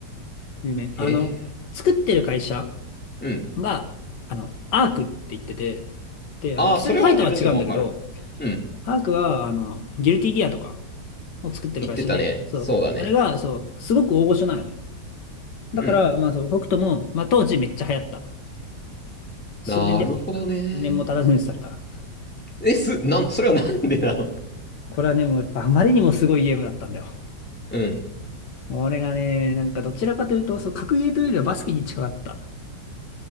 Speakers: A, on the left; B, in the centre.
A: 有名。
B: へえ。
A: あの、作ってる会社
B: うん。
A: が、あの、アークって言ってて、で、
B: ああ、
A: あの、ストリートファイターは違うんだけど、
B: それは自分でもわかる。うん。
A: アークは、あの、ギルティギアとかを作ってる会社で、
B: 言ってたね。
A: そう。
B: そうだね。
A: あれが、そう、すごく大御所なのね。だから、
B: うん。
A: まあそう、北斗も、まあ当時めっちゃ流行った。数年で廃れた。
B: なるほどね。
A: 数年も経たずにされた。
B: え、す、なん、それはなんでなの
A: これはね、もうやっぱあまりにもすごいゲームだったんだよ。
B: うん。
A: 俺がね、なんかどちらかというと、そう、格ゲーというよりはバスケに近かった。